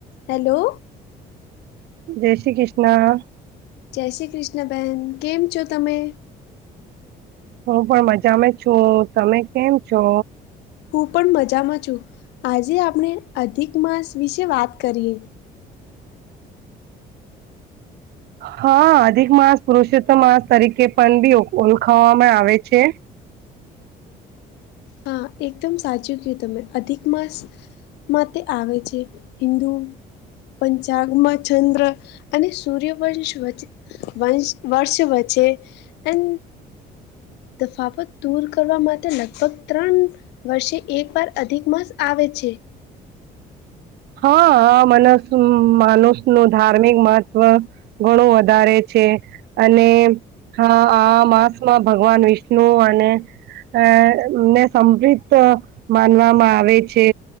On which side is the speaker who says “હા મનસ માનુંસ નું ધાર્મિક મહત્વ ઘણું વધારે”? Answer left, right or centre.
Right